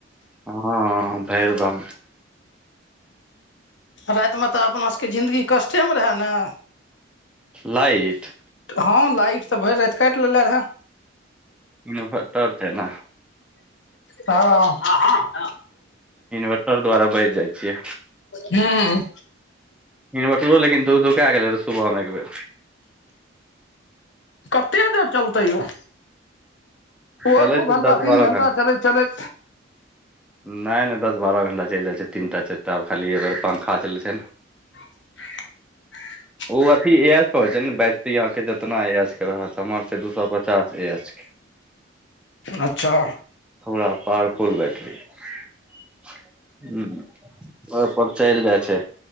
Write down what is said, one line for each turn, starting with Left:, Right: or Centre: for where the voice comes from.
Centre: हँ फेर दाम <unintelligible>
Left: रातिमे तऽ अपना सभके जिन्दगी कष्टेमे रहए न
Centre: लाइट
Left: हँ लाइट तऽ भरि राइत काटि लेले रहय
Centre: इन्वर्टर छै ने
Left: हँ
Centre: इन्वर्टर द्वारा बैचि जाइ छियै
Left: हाँ
Centre: इन्वर्टरो लेकिन धूक धूकाय गेलै रहे सुबह मे एक बेेर
Left: कते देर चलतै यौ ओहो
Centre: चलै
Left: दू
Centre: छै
Left: घंटा
Centre: दस
Left: तीन
Centre: बारह
Left: घंटा चलैत चलैत
Centre: नहि नहि दस बारह घण्टा चलि जाइ छै तीन टा चारि टा खाली अगर पन्खा चलै छै ने
Left: <unintelligible>
Centre: ओ अथी ए एच के होइ छै ने बैटरी अहाँके जितना ए एच के रह हमर छै दू सए पच्चास ए एच के
Left: अच्छा
Centre: हमरा पावरफुल बैटरी अय ओ पर चलि जाय छै